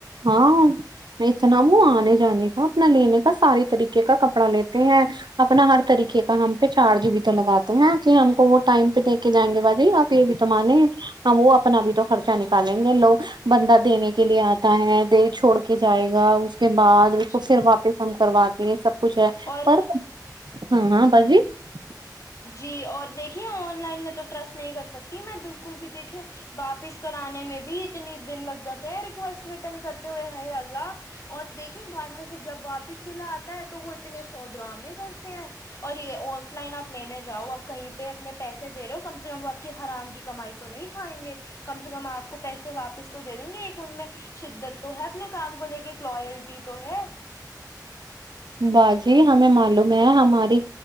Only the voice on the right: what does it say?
ہاں اتنا ہ آنے جانے کا اپنا لینے کا ساری طریقے کا کپڑا لیتے ہیں اپنا ہر طریقے کا ہم پہ چارجی بھی تو لگاتے ہیں کہ ہم کو وہ ٹائم پہ دے کے جائیں گے باجی آپ پ بھی تومانے
وہ اپنا بھی تو خرچہ نکالیں گے لوگ بندہ دینے کے لیے آ ہے دل چھوڑ کے جائے گا اس کے بعد اس
کو پھر واپس ہم کروا یہ <unintelligible> سب کچھ ہے
پر ہاں ہاں باجی <unintelligible>
باجی ہمیں معلوم ہے ہماری